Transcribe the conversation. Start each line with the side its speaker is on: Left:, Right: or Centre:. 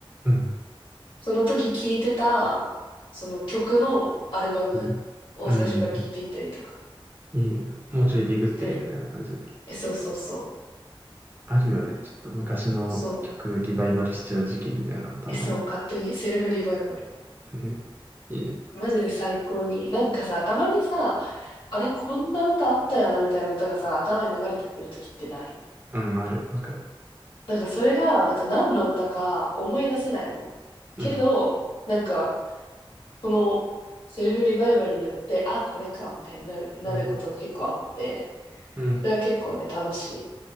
Right: う
Left: その時聞いてた、その曲のアルバムを最初から聞いてみたりとか
Right: ん、うん。いいね。もうちょいディグってるみたいな感じ。
Left: してる。え、そうそうそう。
Right: あるよね。ちょっと昔の曲リバイバルしちゃう時期みたいなのたまに。
Left: そう。え、そう。勝手にセルフリバイバル。
Right: ね。いいね。
Left: マジで最高に。なんかさ、たまにさ、あれ、こんな歌あったよな、みたいな歌がさ、頭に流れてくるときってない
Right: うん、ある。わかる。
Left: なんかそれが、なんか何の歌か思い出せないの。
Right: うん。
Left: けど、なんか、そのセルフリバイバルによって、あ、これか、みたいになる、なることが結構あって、
Right: なるほどうん。
Left: それは結構ね、楽しい。